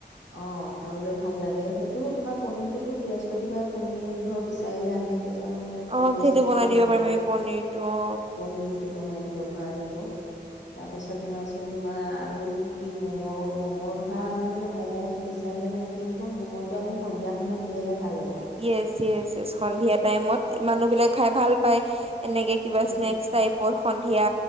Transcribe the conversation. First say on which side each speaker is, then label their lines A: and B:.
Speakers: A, on the left (about 85°); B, on the right (about 35°).
A: অঁ খাবলৈ ভাল লাগে সেইটো তোমাৰ পনীৰটোতো বৃহস্পতিবাৰে পনীৰ ধৰ বিচাৰিলে আমি তে তিয়াও বোলে
B: অ
A: বৃহস্পতিবাৰে
B: সেইটো বনাই
A: পেলালোগে
B: দিব পাৰিম আমি পনিৰটো অ
A: পনীৰটো বনাই দিব পৰা যাব। <unintelligible> তাৰ পাছত ধৰাচোন তোমাৰ আৰু কি কি ম'ম' ম'ম' ধৰা আমি মানে ম'ম' বেছি কাইলে মানে কি হ'ব ম'ম'টো আমি সন্ধিয়া সময়ত দিলেহে ভাল হ'ব।
B: ইয়েচ ইয়েচ ইচ সন্ধিয়া
A: সেই
B: টাইমত মানুহ বিলাকে খাই ভাল পায় এনেকে কিবা
A: সেই
B: স্নেকস টাইপৰ সন্ধিয়া